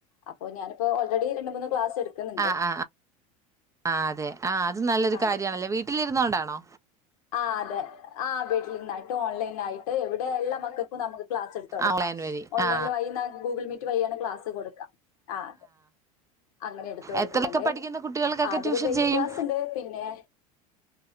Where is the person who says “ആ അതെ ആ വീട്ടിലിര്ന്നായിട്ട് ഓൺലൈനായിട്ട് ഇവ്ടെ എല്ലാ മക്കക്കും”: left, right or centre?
Left